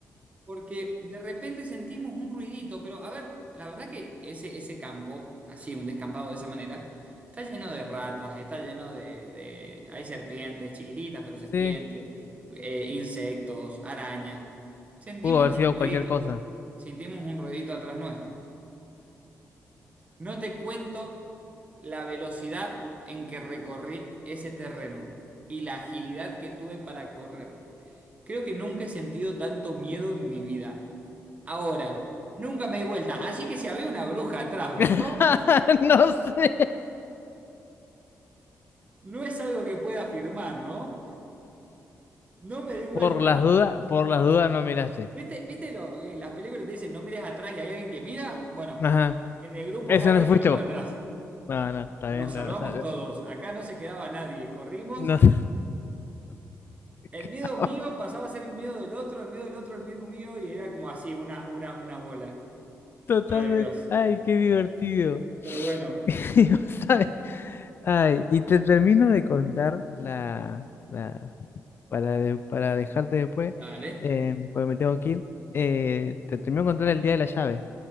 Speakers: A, on the right; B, on the left.
A: Porque de repente sentimos un ruidito, pero a ver, la verdad que ese, ese campo, así, un descampado de esa manera, está lleno de ratas, está lleno de, de- hay serpientes, chiquititas, pero serpientes,
B: Sí.
A: eh, insectos, arañas. Sentimos
B: Pudo haber
A: un
B: sido
A: ruidito,
B: cualquier cosa.
A: sentimos un ruidito atrás nuestro. No te cuento la velocidad en que recorrí ese terreno y la agilidad que tuve para correr. Creo que nunca he sentido tanto miedo en mi vida. Ahora, nunca me di vuelta, así que si había una bruja atrás o
B: <laughs>
A: no,
B: No sé.
A: no es algo que pueda afirmar, ¿no? No me di vuelta.
B: Por las dudas, por las dudas no miraste.
A: ¿Viste, viste lo- eh, las películas te dicen no mires atrás y hay alguien que mira? Bueno,
B: Ajá.
A: en el grupo
B: Eso
A: nadie
B: no fuiste
A: miró para
B: vos.
A: atrás.
B: No, no, está
A: Nos
B: bien.
A: salvamos
B: la- o sea,
A: todos, acá no se quedaba nadie, corrimos.
B: no sé
A: El
B: <laughs>
A: miedo mío pasaba a ser el miedo del otro, el miedo del otro, el miedo mío, y era como así, una, una, una bola.
B: Totalmente.
A: Ay, Dios.
B: Ay, qué divertido. <laughs>
A: Pero bueno,
B: Y vos sabés- Ay, y te termino de contar la, la para, de- para dejarte después,
A: dale.
B: eh, porque me tengo que ir. eh, te termino de contar el día de la llave.